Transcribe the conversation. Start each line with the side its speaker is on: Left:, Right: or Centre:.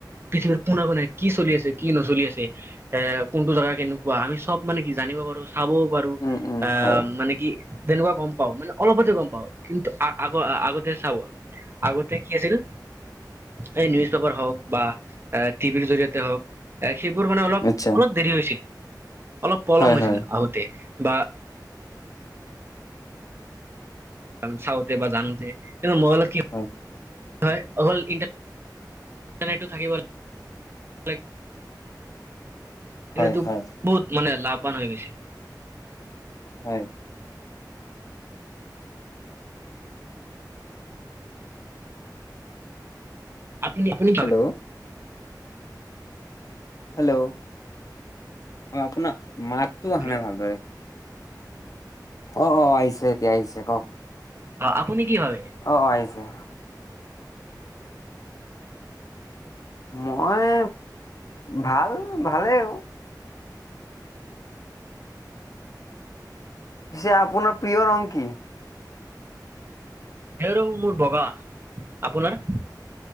Right: পৃথিৱীৰ কোনে-কোনে কি চলি আছে কি নচলি আছে এ কোনটো জেগা কেনেকুৱা আমি চব মানে কি জানিব পাৰো ভাবো বাৰো
Left: উম, উম,
Right: আহ,
Left: হয়।
Right: মানে কি তেনেকুৱা গম পাও মানে অলপতে গম পাওঁ কিন্তু আগ-আগতে চাব আগতে কি আছিল এই নিউজ পেপাৰ হওক বা এ টিভিৰ জৰিয়তে হওক এই সেইবোৰ মানে অলপ-
Left: আচ্ছা,
Right: অলপ দেৰি হৈছিল অলপ পলম
Left: হয়,
Right: হৈছিল
Left: হয়,
Right: আহোতে বা <unintelligible> চাওঁতে বা জানোতে কিন্ত মোবাইলত কি <unintelligible>
Left: হয়,
Right: হয় অকল ইণ্টাৰ ইটাৰনেটটো থাকিব। <unintelligible> সেইটোটো
Left: হয়, হয়,
Right: বহুত মানে, লাভৱান হৈ গৈছে।
Left: হয়।
Right: আপুনি আপুনি <unintelligible>
Left: হেল্ল', হেল্ল' অ, আপোনাৰ মাতটো আহা
Right: হেল্ল'
Left: নাই ভালদৰে। অ', অ ', আহিছে এতিয়া আহিছে কওক।
Right: অ'। আপুনি কি ভাবে
Left: অ', আহিছে। মই ভাল, ভালেই আৰু। পিছে আপোনাৰ প্ৰিয় ৰং কি?
Right: সেইটো মোৰ বগা, আপোনাৰ?